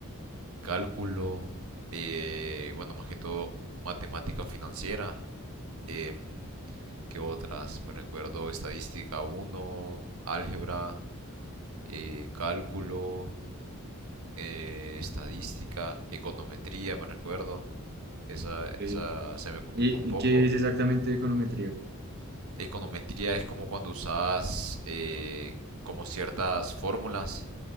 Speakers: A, on the right; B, on the right.
A: cálculo, eh, bueno, más que todo matemática financiera. em, ¿qué otras? Me recuerdo estadística uno, álgebra, eh, cálculo, eh, estadística, econometría, me recuerdo. Esa, esa
B: Sí.
A: se me complicó
B: ¿Y,
A: un poco.
B: y qué es exactamente econometría?
A: Econometría es como cuando usas eh, como ciertas fórmulas